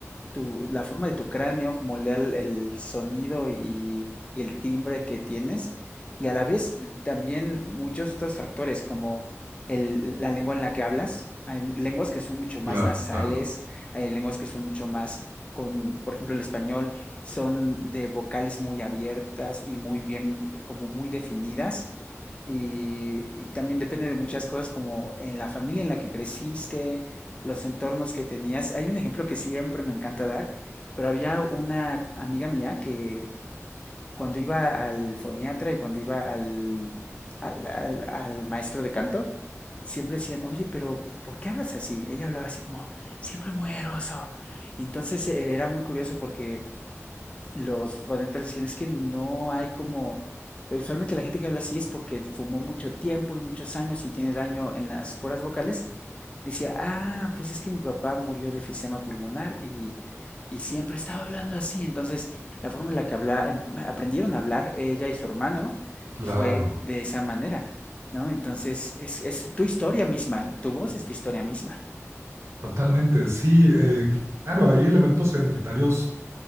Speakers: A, on the left; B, on the right.
A: tu, la forma de tu cráneo moldea el, el sonido y el timbre que tienes, y a la vez también muchos otros factores, como el- la lengua en la que hablas. Hay lenguas que son mucho más
B: Claro,
A: nasales, hay lenguas que son mucho más con, por ejemplo, el español son de vocales muy abiertas y muy bien, como muy definidas, y, y también depende de muchas cosas como en la familia en la que creciste, los entornos que tenías. Hay un ejemplo que siempre me encanta dar, pero había una amiga mía que cuando iba al foniatra y cuando iba al, al, al- al maestro de canto, siempre decían, oye, pero ¿por qué hablas así? Ella hablaba así como, siempre muy eroso. Y entonces eh, era muy curioso porque los fanáticos dicen es que no hay como... Usualmente la gente que habla así es porque fumó mucho tiempo y muchos años y tiene daño en las cuerdas vocales. Decía, ah, pues es que mi papá murió de enfisema pulmonar y, y siempre estaba hablando así. Entonces, la forma en la que habla, em- aprendieron a hablar ella y su hermano
B: claro,
A: fue de esa manera, ¿no? Entonces, es, es tu historia misma, tu voz es tu historia misma.
B: totalmente. Sí, eh, claro, hay elementos identitarios